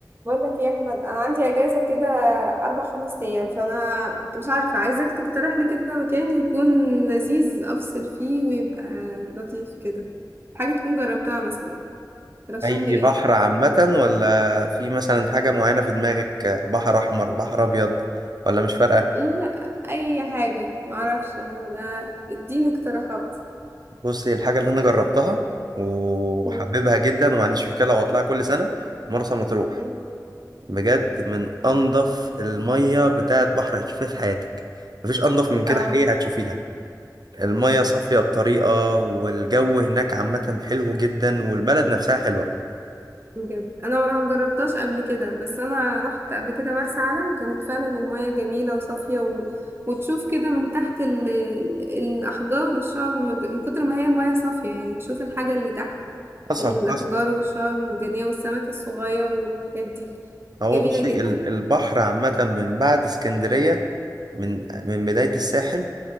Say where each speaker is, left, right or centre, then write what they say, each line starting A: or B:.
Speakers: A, on the right (about 30°); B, on the right (about 65°).
A: بقول لك يا احمد انا عندي اجازه كده اربع خمس ايام فانا مش عارفه عايزاك تقترح لي كده مكان يكون لذيذ افصل فيه ويبقى لطيف كده حاجه تكون جربتها مثلا ترشح
B: اي
A: لي ايه
B: بحر عامة ولا في مثلا حاجة معينة في دماغك بحر احمر بحر ابيض ولا مش فارقة
A: لا اي حاجه ما اعرفش انا اديني اقتراحات
B: بصي الحاجة اللي انا جربتها وحببها
A: مم.
B: جدا وما عنديش مشكلة واطلعها كل سنة مرسى مطروح
A: مم.
B: بجد من انضف المية بتاعت بحر هتشوفيها في حياتك مفيش انضف من كده
A: اه
B: حقيقة هتشوفيها المية صافية بطريقة والجو هناك عامة حلو جدا والبلد نفسها حلوة
A: بجد انا ما ما جربتهاش قبل كده بس انا رحت قبل كده مرسى علم كانت فعلا المياه جميله وصافيه و... وتشوف كده من تحت ال... ال- الاحجار والشعب المرج... من كتر ما هي المياه صافيه يعني تشوف الحاجه اللي تحت
B: حصل
A: الاحجار
B: حصل
A: والشعب المرجانيه والسمك الصغير والحاجات دي
B: هو
A: جميله
B: بصي
A: جدا
B: ال- البحر عامة من بعد اسكندرية من من بداية الساحل